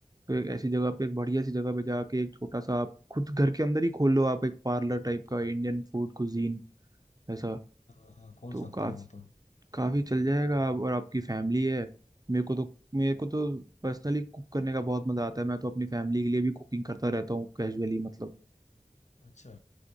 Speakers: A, on the right; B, on the left.
A: तो एक ऐसी जगह पे एक बढ़िया सी जगह पे जाके एक छोटा सा आप खुद घर के अंदर ही खोल लो आप एक पार्लर टाइप का इंडियन फूड कुजीन ऐसा
B: हाँ हाँ खोल
A: तो
B: सकते
A: काफ़ी
B: हो तो
A: काफ़ी चल जाएगा आप और आपकी फैमिली है मेरे को तो मेरे को तो पर्सनली कुक करने का बहुत मज़ा आता है मैं तो अपनी फैमिली के लिए भी कुकिंग करता रहता हूँ कैजुअली मतलब
B: अच्छा